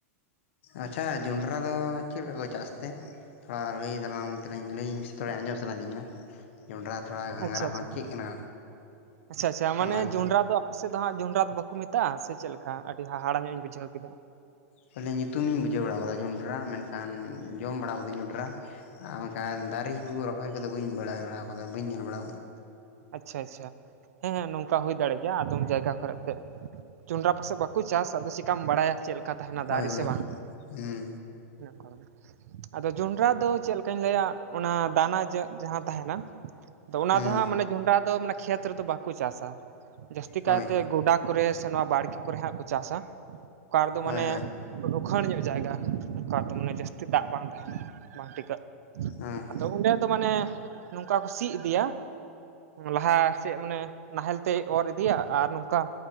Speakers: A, on the left; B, on the right.
A: ᱟᱪᱪᱷᱟ ᱡᱚᱸᱰᱨᱟ ᱫᱚ ᱪᱮᱫ ᱞᱮᱠᱟ ᱠᱚ ᱪᱟᱥ ᱛᱮ? ᱛᱷᱚᱲᱟ ᱞᱟᱹᱭ ᱫᱟᱞᱟᱝ <inaudible> ᱞᱟᱹᱭᱟᱹᱧ ᱢᱮ ᱥᱮ ᱛᱷᱚᱲᱟ ᱟᱸᱡᱚᱢ ᱥᱟᱱᱟᱭᱫᱤᱧ ᱠᱟᱱᱟ᱾ ᱡᱚᱱᱰᱨᱟ ᱛᱷᱚᱲᱟ ᱜᱷᱟᱸᱜᱨᱟ
B: ᱟᱪᱪᱷᱟ ᱟᱪᱪᱷᱟ
A: ᱦᱚᱸ ᱪᱮᱫ ᱠᱟᱱᱟ
B: ᱟᱪᱪᱷᱟ ᱟᱪᱪᱷᱟ ᱢᱟᱱᱮ
A: ᱚᱱᱟ ᱜᱮᱛᱚ᱾
B: ᱡᱚᱱᱰᱨᱟ ᱫᱚ ᱥᱮᱫ ᱫᱚ ᱦᱟᱸᱜ ᱡᱚᱸᱰᱨᱟ ᱫᱚ ᱵᱟᱠᱚ ᱢᱮᱛᱟᱜᱼᱟ ᱥᱮ ᱪᱮᱫ ᱞᱮᱠᱟ ᱟᱹᱰᱤ ᱦᱟᱦᱟᱲᱟ ᱧᱚᱜ ᱤᱧ ᱵᱩᱡᱷᱟᱹᱣ ᱠᱮᱫᱟ᱾
A: ᱠᱷᱟᱞᱮ ᱧᱩᱛᱩᱢᱤᱧ ᱵᱩᱡᱷᱟᱹᱣ ᱵᱟᱲᱟ ᱟᱠᱟᱫᱟ ᱡᱚᱸᱰᱨᱟ ᱢᱮᱱᱠᱷᱟᱱ ᱡᱚᱢ ᱵᱟᱲᱟ ᱟᱠᱟᱫᱟᱹᱧ ᱡᱚᱸᱰᱨᱟ ᱟᱨ ᱢᱮᱱᱠᱷᱟᱱ ᱫᱟᱨᱮ ᱠᱚ ᱨᱚᱦᱚᱭ ᱠᱚᱫᱚ ᱵᱟᱹᱧ ᱵᱟᱲᱟᱭ ᱵᱟᱲᱟ ᱠᱟᱫᱟ ᱵᱟᱹᱧ ᱧᱮᱞ ᱵᱟᱲ ᱠᱟᱫᱟ᱾
B: ᱟᱪᱪᱷᱟ ᱟᱪᱪᱷᱟ ᱦᱮᱸ ᱦᱮᱸ ᱱᱚᱝᱠᱟ ᱦᱩᱭ ᱫᱟᱲᱮ ᱜᱮᱭᱟ ᱟᱫᱚᱢ ᱡᱟᱭᱜᱟ ᱠᱚᱨᱮ ᱛᱮ ᱡᱚᱸᱰᱨᱟ ᱯᱟᱥᱮᱡ ᱵᱟᱠᱚ ᱪᱟᱥ ᱟᱫᱚ ᱪᱤᱠᱟᱢ ᱵᱟᱲᱟᱭᱟ ᱪᱮᱫ ᱞᱮᱠᱟ ᱛᱟᱦᱮᱱᱟ
A: ᱦᱳᱭ
B: ᱫᱟᱨᱮ
A: ᱦᱳᱭ
B: ᱥᱮ ᱵᱟᱝ
A: ᱦᱮᱸ
B: <inaudible> ᱟᱫᱚ ᱡᱚᱱᱰᱨᱟ ᱫᱚ ᱪᱮᱫ ᱞᱮᱠᱟᱧ ᱞᱟᱹᱭᱟ ᱚᱱᱟ ᱫᱟᱱᱟ ᱡᱟᱦᱟᱸ ᱛᱟᱦᱮᱱᱟ ᱟᱫᱚ ᱚᱱᱟ
A: ᱦᱮᱸ
B: ᱫᱚ ᱦᱟᱸᱜ ᱢᱟᱱᱮ ᱡᱚᱸᱱᱰᱨᱟ ᱫᱚ ᱢᱟᱱᱮ ᱠᱷᱮᱛ ᱨᱮᱫᱚ ᱵᱟᱠᱚ ᱪᱟᱥᱟ᱾ ᱡᱟᱹᱥᱛᱤ ᱠᱟᱭᱛᱮ
A: ᱦᱳᱭ
B: ᱜᱚᱰᱟ ᱠᱚᱨᱮ ᱥᱮ ᱱᱚᱣᱟ ᱵᱟᱲᱜᱮ ᱠᱚᱨᱮ ᱦᱟᱸᱜ ᱠᱚ ᱪᱟᱥᱟ᱾ ᱚᱠᱟ ᱨᱮ ᱫᱚ
A: ᱦᱳᱭ
B: ᱢᱟᱱᱮ
A: ᱦᱳᱭ ᱦᱮᱸ
B: ᱨᱚᱠᱷᱟᱹᱲ ᱧᱚᱜ ᱡᱟᱭᱜᱟ ᱚᱱᱠᱟ ᱛᱚ ᱢᱟᱱᱮ ᱡᱟᱹᱥᱛᱤ ᱫᱟᱜ ᱵᱟᱝ ᱛᱟᱦᱮᱱᱟ ᱵᱟᱝ ᱴᱤᱠᱟᱹᱜ᱾
A: ᱦᱮᱸ
B: ᱛᱚ ᱚᱸᱰᱮ ᱫᱚ ᱢᱟᱱᱮ ᱱᱚᱝᱠᱟ ᱠᱚ ᱥᱤ ᱤᱫᱤᱭᱟ ᱞᱟᱦᱟ ᱥᱮᱫ ᱢᱟᱱᱮ ᱱᱟᱦᱮᱞ ᱛᱮᱭ ᱚᱨ ᱤᱫᱤᱭᱟ ᱟᱨ ᱱᱚᱝᱠᱟ